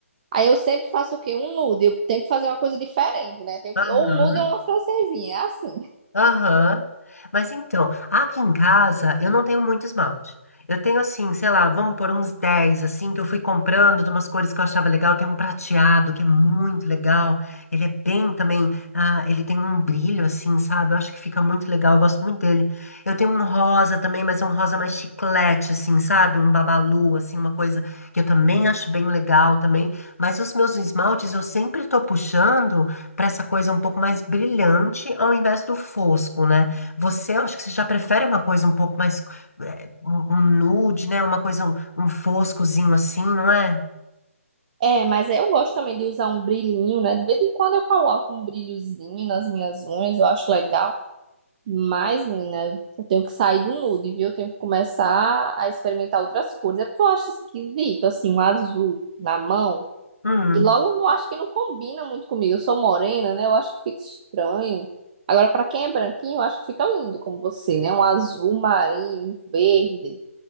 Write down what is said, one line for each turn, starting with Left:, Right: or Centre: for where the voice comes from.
Right: Aí eu sempre faço o quê? Um nude. Eu tenho que fazer uma coisa diferente, né? Tenho
Left: Aham.
Right: que... Ou um nude ou uma francesinha, é assim.
Left: Aham. Mas então, aqui em casa eu não tenho muito esmalte. Eu tenho assim, sei lá, vamos por uns 10 assim, que eu fui comprando de umas cores que eu achava legal. Tem um prateado que é muito legal. Ele é bem também, ah, ele tem um brilho assim, sabe? Eu acho que fica muito legal, eu gosto muito dele. Eu tenho um rosa também, mas é um rosa mais chiclete, assim, sabe? Um babalu, assim, uma coisa que eu também acho bem legal também. Mas os meus esmaltes eu sempre tô puxando para essa coisa um pouco mais brilhante ao invés do fosco, né? Você, eu acho que você já prefere uma coisa um pouco mais eh, um, um nude, né? Uma coisa um, um foscozinho assim, não é?
Right: É, mas aí eu gosto também de usar um brilhinho, né? De vez em quando eu coloco um brilhozinho nas minhas unhas, eu acho legal. Mas, menina, eu tenho que sair do nude, viu? Eu tenho que começar a experimentar outras cores. É porque eu acho esquisito, assim, um azul na mão.
Left: Hum,
Right: E logo, eu acho que não combina muito comigo. Eu sou morena, né? Eu acho que fica estranho. Agora, pra quem é branquinho, eu acho que fica lindo como você, né? Um azul marinho, um verde.